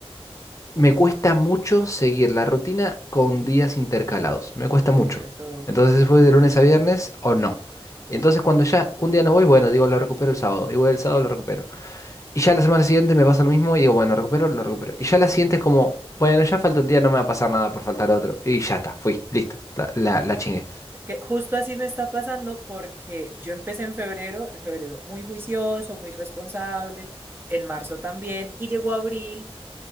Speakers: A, on the left; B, on the right.
A: Me cuesta mucho seguir la rutina con días intercalados. Me cuesta mucho.
B: sí, eso.
A: Entonces voy de lunes a viernes o no. Entonces cuando ya un día no voy, bueno, digo, lo recupero el sábado. Y voy el sábado, lo recupero. Y ya la semana siguiente me pasa lo mismo y digo, bueno, recupero, lo recupero. Y ya la siguiente es como, bueno, ya falta un día, no me va a pasar nada por faltar otro. Y ya está, fui, listo, la, la, la chingué.
B: Que justo así me está pasando porque yo empecé en febrero, en febrero muy juicioso, muy responsable, en marzo también, y llegó abril